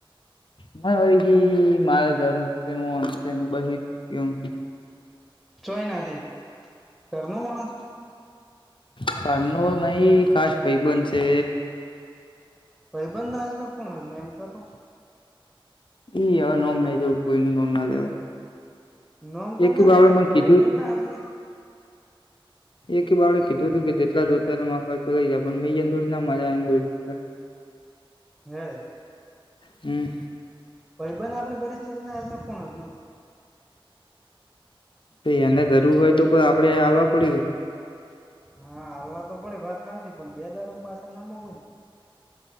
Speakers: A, on the left; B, in the centre.
A: મને વળ ગી મારા જરૂર છેન છે બહેન
B: ચોય નથી ઘર નો માણ સ
A: ખનો નહી ખાસ ભૈબંધ છે.
B: ભૈબંધ નાજ મે કોણ હજ મે એમ કેતો
A: એ હવે નોમ નઈ દેવું કોઈ નુ નોમ ના લેવાય.
B: નોમ તો
A: એક
B: ના
A: બાવળે
B: લેવરાય
A: મને
B: પણ
A: કીધું
B: ભૈબંધ ના હાજમે.
A: એકી બાળે કીધું હતું કે જેટલા જોતાલે માપા તો લઈ જાય પણ મેયેનદોડી ના મજા દોડી
B: હે
A: હમ
B: ભયબંધ આપણી પરિસ્થિતિ ના હજમે કોણ હજમે.
A: એને જરૂર હોય તો આપડે હાલવા પડી ગઈ
B: હા હાલવા તો પડે વાત હાસી પણ બે દાડમ પાસે ના મુકીને